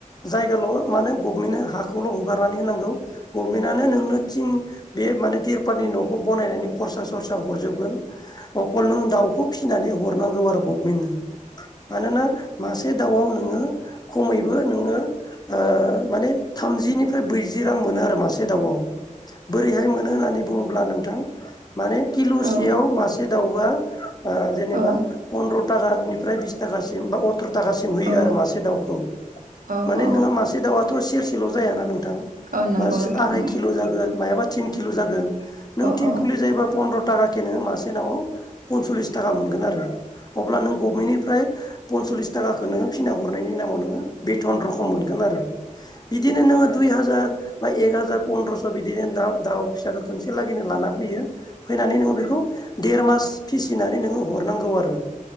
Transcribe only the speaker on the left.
जायगाल' माने गभमेन्टनो हाखौल' हगारनानै होनांगौ गभमेन्टआनो नोंनो थिं बे माने तिरपालनि न'खौ बानायनायनि खरसा सरसा हरजोबगोन अकल नों दाउखौ फिसिनानै हरनांगौ आरो गभ बेनो मानोना मासे दाउआव नोङो खमैबो नोङो ओ माने थामजिनिफ्राय ब्रैजि रां मोनो आरो मासे दाउआव बोरैहाय मोनो होननानै बुङोब्ला नोंथां माने किल'सेयाव
मासे दाउवा ओ जेनेबा
पन्द्र थाखाम बिसिम बा अथ्र'थाखासिम होयो
आरो मासे दाउखौ
माने
मासे दावउथ' सेरसेल' जायाना नोंथां
मासे
आराय
किल' जागोन मायाबा थिन किल' जागोन नों थिन
किुलि जायोबा फन्द्र'था केनो मासे नाव फनसलिस थाखा मोनगोन आरो अब्लानों गभमेनिफ्राय पनस'लिस थाखाखौ नोङो फिना हरनायनि नामाव नोङो बेथन रखम मोनगोन आरो बिदिनो नोङो दुइ हाजार बा एक हाजार फनन्द्रस' बिदिनो दा दाउ फिसाखौ खनसे लागैनो लाना फैयो फैनानै नोङो बेखौ देर मास फिसिनानै नोङो हर नांगौ आरो